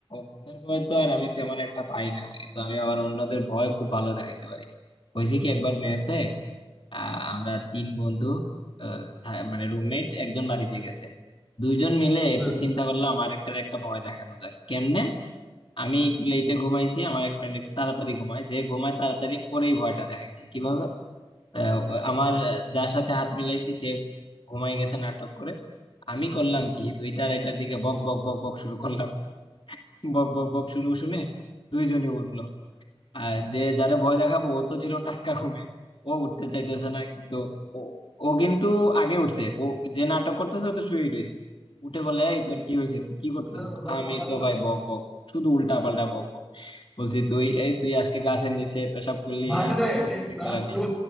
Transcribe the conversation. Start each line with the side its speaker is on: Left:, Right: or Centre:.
Left: ভূতের ভয় তো আর আমি তেমন একটা পাই না কিন্তু আমি আবার অন্যদের ভয় খুব ভালো দেখাইতে পারি হয়েছে কি একবার মেসে আহ আমরা তিন বন্ধু আহ, থা- মানে রুমমেট একজন বাড়িতে গেছে দুইজন মিলে একটু
Centre: হুম।
Left: চিন্তা করলাম আরেকটার একটা ভয় দেখানো যায় কেমনে আমি একটু লেটে ঘুমাইছি আমার এক ফ্রেন্ড একটু তাড়াতাড়ি ঘুমায় যে ঘুমায় তাড়াতাড়ি ওরেই ভয়টা দেখাইছি কিভাবে আহ, ও- আমার আহ, যার সাথে হাত মিলাইছি সে ঘুমাই গেছে নাটক করে আমি করলাম কি দুইটা আড়াইটার দিকে বক বক বক বক শুরু করলাম বক বক বক শুরু শুনে দুইজনই উঠলো আর যে যারে ভয় দেখাবো ও তো ছিল টাটকা ঘুমে ও উঠতে চাইতেছে না কিন্তু ও ও কিন্তু আগে উঠছে ও যে নাটক করতেছে ও তো শুয়ে রয়েছে উঠে বলে এই তোর কি হয়েছে তুই কি করতেছিস
Centre: হ্যাঁ
Left: আমি তো ভাই বক বক শুধু উল্টা পাল্টা বক বক বলছি তুই এই তুই আজকে গাছের নিচে পেশাব করলি
Centre: मारने
Left: এই সেই, এগুলা নিয়ে
Centre: तू